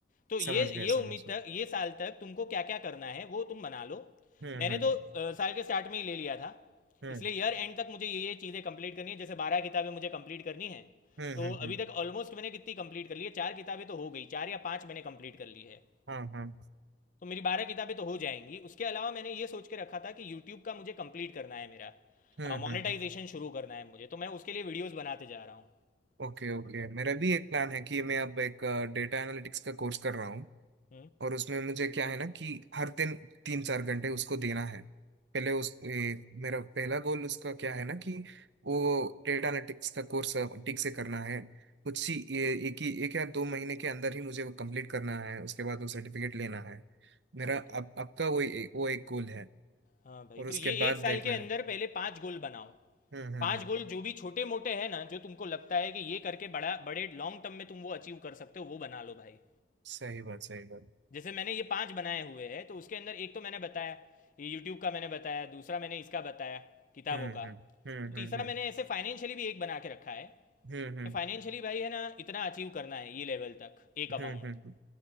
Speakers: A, on the left; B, on the right.
A: तो ये
B: समझ गया
A: ये उम्मीद
B: समझ गया
A: तक ये साल तक तुमको क्या क्या करना है वो तुम बना लो
B: हम्म
A: मैंने
B: हम्म
A: तो अ, साल के स्टार्ट में ही ले लिया था
B: हम्म
A: इसलिए ईयर एंड तक मुझे ये ये चीज़ें कंप्लीट करनी है जैसे बारह किताबें मुझे कंप्लीट करनी है
B: हम्म
A: तो
B: हम्म हम्म
A: अभी तक ऑलमोस्ट मैंने कितनी कंप्लीट कर ली है चार किताबें तो हो गई चार या पांच मैंने कंप्लीट कर ली है
B: हाँ हाँ
A: तो मेरी बारह किताबें तो हो जाएंगी उसके अलावा मैंने ये सोच के रखा था कि यूट्यूब का मुझे कंप्लीट करना है मेरा
B: हम्म
A: मोनेटाइजेशन
B: हम्म हम्म।
A: शुरू करना है मुझे तो मैं उसके लिए वीडियोस बनाते जा रहा
B: ओके ओके मेरा भी एक प्लान है कि मैं अब एक डेटा एनालिटिक्स का कोर्स कर रहा हूँ
A: हूँ
B: और उसमें मुझे क्या है ना कि हर दिन तीन चार घंटे उसको देना है पहले उस ए, मेरा पहला गोल उसका क्या है ना कि वो डेटा एनालिटिक्स का कोर्स ठीक से करना है कुछ ही ए- एक ही एक या दो महीने के अंदर ही मुझे वो कंप्लीट करना है उसके बाद वो सर्टिफिकेट लेना है मेरा
A: ओके
B: अब आपका वो ए- वो एक गोल है
A: हाँ भाई
B: और
A: तो
B: उसके
A: ये
B: बाद
A: एक साल
B: देखना
A: के अंदर
B: है
A: पहले पांच गोल बनाओ
B: हम्म हम्म
A: पांच
B: हम्म
A: गोल जो भी छोटे मोटे हैं ना जो तुमको लगता है कि ये करके बड़ा बड़े लॉन्ग टर्म में तुम वो अचीव कर सकते हो वो बना लो भाई
B: सही बात सही बात
A: जैसे मैंने ये पांच बनाए हुए हैं तो उसके अंदर एक तो मैंने बताया ये यूट्यूब का मैंने बताया दूसरा मैंने इसका बताया किताबों
B: हम्म
A: का
B: हम्म हम्म
A: तो तीसरा
B: हम्म हम्म
A: मैंने ऐसे फाइनेंशियली भी एक बना के रखा है
B: हम्म हम्म
A: कि फाइनेंशियली भाई है ना इतना अचीव करना है ये लेवल तक एक अमाउंट
B: हम्म हम्म हम्म।